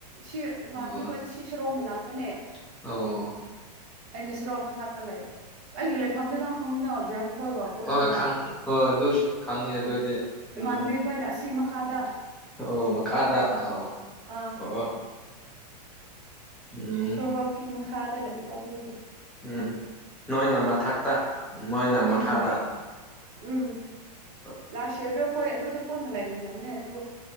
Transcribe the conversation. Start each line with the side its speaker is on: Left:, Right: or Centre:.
Right: ꯁꯤ ꯏꯃꯥꯟꯕꯤ
Centre: ꯑꯣ
Right: ꯍꯣꯏꯗꯤ ꯁꯤ ꯁꯣꯔꯣꯛ ꯃꯅꯥꯛꯇꯅꯦ
Centre: ꯑꯣ
Right: ꯑꯩꯅ ꯁꯣꯔꯣꯛ ꯃꯥꯊꯛꯇ ꯂꯩꯕ ꯑꯩꯒꯤ ꯂꯩꯐꯝꯗꯤ ꯈꯪꯏꯅ ꯖꯦꯟ ꯑꯩꯈꯣꯏꯒ ꯄꯨꯜꯂꯤꯅ
Centre: ꯍꯣꯏ ꯈꯪ ꯍꯣꯏ ꯑꯗꯨ ꯈꯪꯉꯦ
Right: ꯑꯗꯨ
Centre: ꯑꯗꯨꯗꯤ
Right: ꯏꯃꯥꯟꯕꯤ
Centre: ꯎꯝ
Right: ꯈꯣꯏꯅ ꯑꯁꯤ ꯃꯈꯥꯗ
Centre: ꯑꯣ ꯃꯈꯥꯗ
Right: ꯂꯩꯕ
Centre: ꯑꯣ
Right: ꯑꯥ
Centre: ꯑꯣ ꯎꯝ
Right: ꯁꯣꯔꯣꯛꯀꯤ ꯃꯈꯥꯗ ꯂꯩꯕ ꯑꯗꯨꯒꯤ
Centre: ꯎꯝ ꯅꯣꯏꯅ ꯃꯊꯛꯇ ꯃꯣꯏꯅ ꯃꯈꯥꯗ
Right: ꯎꯝ ꯎꯝ
Centre: ꯑꯣ
Right: ꯂꯥꯁ ꯌꯔꯗꯣ ꯑꯩꯈꯣꯏ ꯑꯗꯨꯗ ꯄꯨꯟꯅ ꯂꯩꯃꯤꯟꯅꯕꯅꯦ ꯑꯗꯨ